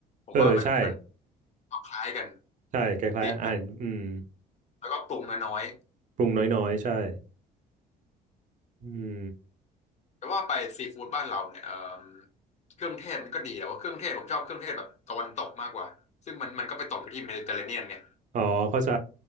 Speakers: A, on the left; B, on the right.
A: ผมว่ามันมัน
B: เออใช่
A: คล้ายกัน
B: ใช่คล้ายๆอาหารอืม
A: ตีแล้วก็ปรุงน้อย
B: ปรุงน้อยๆใช่อืม
A: ๆแต่ว่าไปซีฟู้ดบ้านเราเนี่ยเอ่มเครื่องเทศมันก็ดีแต่ว่าเครื่องเทศผมชอบเครื่องเทศแบบตะวันตกมากกว่าซึ่งมันมันก็ไปตกอยู่ที่เมดิเตอร์เรเนียนไง
B: อ๋อเข้าใจ